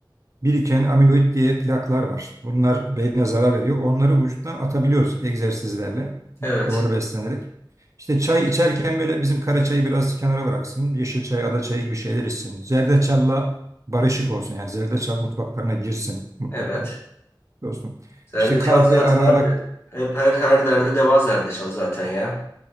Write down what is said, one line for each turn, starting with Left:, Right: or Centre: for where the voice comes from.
Right: biriken amiloid diye plaklar var. Bunlar beyne zarar veriyor. Onları vücuttan atabiliyoruz egzersizlerle,
Left: Evet.
Right: doğru beslenerek. İşte çay içerken böyle bizim kara çayı biraz kenara bıraksın. Yeşil çay, ada çayı gibi şeyler içsin. Zerdeçalla barışık olsun. Yani zerdeçal mutfaklarına girsin mutlaka
Left: Evet.
Right: dostum.
Left: Zerdeçal
Right: İşte kahve
Left: zaten
Right: ara
Left: abi.
Right: ara
Left: Hep her her derde deva zerdeçal zaten ya.